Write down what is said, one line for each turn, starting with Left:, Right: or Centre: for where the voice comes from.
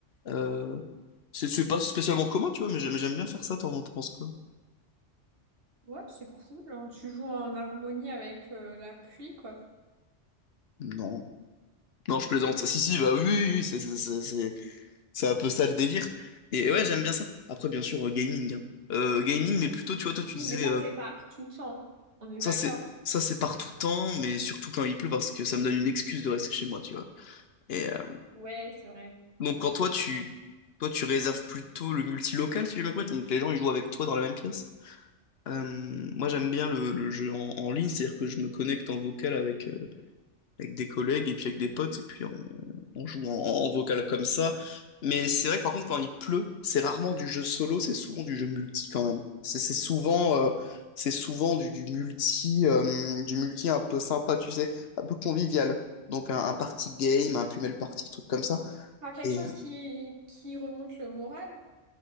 Left: Euh, c'est c'est pas spécialement commun, tu vois, mais j'aime j'aime bien faire ça. T'en t'en penses quoi?
Right: ouais, c'est cool, hein. Tu joues en harmonie avec euh, la pluie, quoi.
Left: Non. Non, je plaisante. Si, si, bah oui, oui, oui, c'est. c'est, c'est- c'est- C'est un peu ça le délire. Et et ouais, j'aime bien ça. Après, bien sûr, euh, gaming. hein. Euh, gaming, mais plutôt, tu vois, toi, tu
Right: Oui,
Left: disais,
Right: mais ça,
Left: euh,
Right: c'est par tout temps. On est
Left: ça
Right: d'accord?
Left: c'est ça c'est par tout temps, mais surtout quand il pleut, parce que ça me donne une excuse de rester chez moi, tu vois. Et euh,
Right: Ouais, c'est vrai.
Left: donc, quand toi, tu toi, tu réserves plutôt le multilocal, si j'ai bien compris. Donc, les gens, ils jouent avec toi dans la même pièce. Euh, moi, j'aime bien le, le jeu en, en ligne, c'est-à-dire que je me connecte en vocal avec, euh, avec des collègues et puis avec des potes, et puis on, on joue en, en vocal comme ça. Mais c'est vrai que par contre, quand il pleut, c'est rarement du jeu solo, c'est souvent du jeu multi quand même. C'est c'est souvent, euh, c'est souvent du, du multi, euh, du multi un peu sympa, tu sais, un peu convivial. Donc un, un party game, un Pumel party, truc comme ça.
Right: Enfin, quelque
Left: Et
Right: chose
Left: euh,
Right: qui, qui remonte le moral.